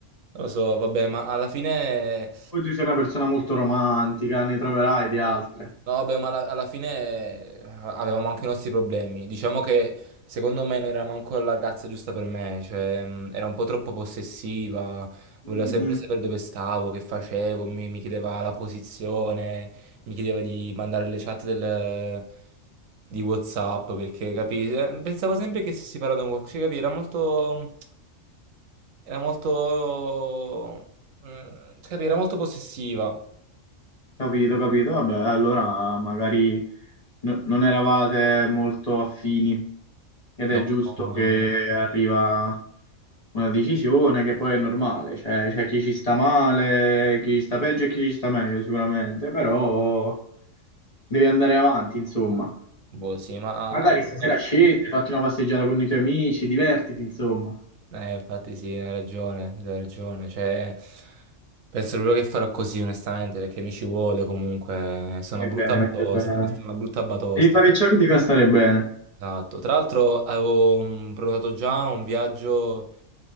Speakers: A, on the right; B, on the left.
A: lo so, vabbè, ma alla fine.
B: Poi tu sei una persona molto romantica, ne troverai di altre.
A: No, vabbè, ma alla, alla fine eh, avevamo anche i nostri problemi. Diciamo che secondo me non era manco la ragazza giusta per me, cioè mh, era un po' troppo possessiva,
B: Mm,
A: voleva Mm. sempre
B: mm,
A: sapere dove stavo, che facevo, mi, mi chiedeva la posizione, mi chiedeva di mandare le chat del- di WhatsApp, perché capi? eh, Pensava sempre che stessi parlando con qualcuno, cioè, capi? Era molto... era molto... mm, capi? Era molto possessiva.
B: Capito, capito. Vabbè, allora magari no- non eravate molto affini ed
A: No,
B: è giusto
A: no, ma...
B: che arriva una decisione che poi è normale. Cioè, c'è chi ci sta male, chi ci sta peggio e chi ci sta meglio sicuramente, però devi andare avanti, insomma.
A: Boh, sì, ma
B: Magari
A: alla fine...
B: stasera scendi, fatti una passeggiata con i tuoi amici, divertiti, insomma.
A: Eh, infatti sì, hai ragione, hai ragione. Cioè, penso proprio che farò così, onestamente, perché mi ci vuole comunque. Sono
B: Stai
A: una brutta
B: bene,
A: batosta,
B: stai bene.
A: sono una brutta batosta.
B: Devi fare ciò che ti fa stare bene.
A: Esatto. Tra l'altro avevo mm, prenotato già un viaggio...